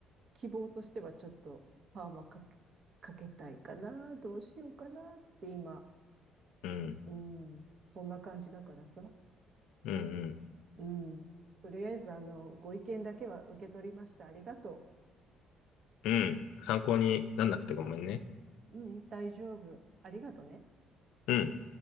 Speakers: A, on the right; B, on the left.
A: 希望としてはちょっとパーマかけ、かけたいかな、どうしようかなって今、
B: うん、
A: うん、そんな感じだからさ。
B: うん、うん、
A: うん。とりあえず、あの、ご意見だけは受け取りました。ありがと
B: うん。参考になんなくてごめんね。
A: う。うん、大丈夫。ありがとね。
B: うん。